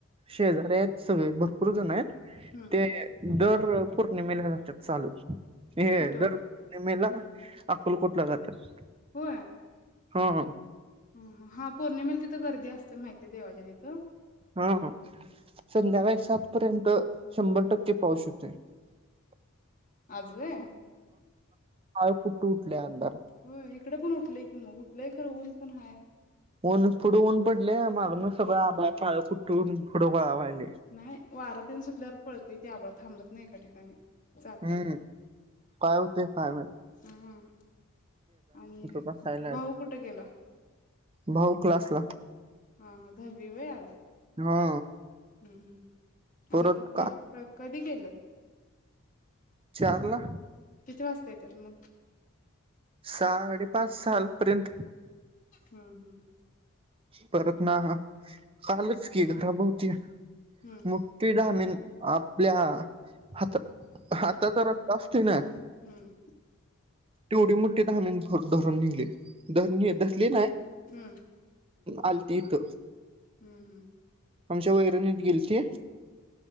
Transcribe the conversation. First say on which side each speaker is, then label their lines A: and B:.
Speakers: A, on the right; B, on the left.
A: शेजार्या आहेत सगळे भरपूर जण आहेत
B: हं,
A: ते दर पौर्णिमेलातात चालू हे
B: कुठं?
A: दर पूर्णमेला अकलकोटला जातात
B: हो
A: हा
B: ह ह हा पौर्णिमेला तिथं गर्दी असते माहितीये देवाच्या तिथं
A: हा संध्याकाळी सात पर्यंत शंभर टक्के पाऊस होते मयलदधृयभत
B: अजवे
A: काळ कुट्टू उठले अंदर
B: हो इकडं पण उठलंय की मग उठलंय खरं ऊन पण हाय
A: ऊन पुढं ऊन पडले मागून सगळं आबापा कुठून पुढं पवाला
B: नाही वारं तन सुटल्यावर पडते ते आबळ थांबत नाही एका ठिकाणी जातंय.
A: हम्म काय होते काय म
B: हं आणि
A: बसायला आहेत
B: भाऊ कुठे गेला
A: भाऊ क्लासला
B: आ दब होय आल
A: हा
B: हम्म हम्
A: परत
B: आता कधी गेलंत
A: चारला
B: किती वाजता येत मग
A: साडेपाच साल पर्यंत
B: हं, हं.
A: परत ना कालच क घरा बती
B: हं,
A: मुठठी दहा म आपल्या आता आता तरती ना
B: हं,
A: तेवढी मोठी ध्मी धरून निघली ध
B: हं,
A: धरली नाय
B: हं,
A: आलती इथ
B: हं, हं.
A: आमच्या वैरणीत गेलती